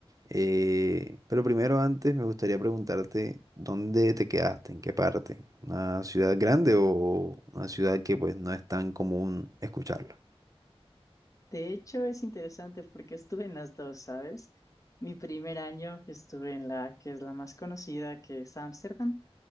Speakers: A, on the right; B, on the left.
A: eh, pero primero antes me gustaría preguntarte dónde te quedaste, en qué parte, una ciudad grande o una ciudad que pues no es tan común escucharla.
B: De hecho, es interesante porque estuve en las dos, ¿sabes? Mi primer año estuve en la que es la más conocida, que es Ámsterdam,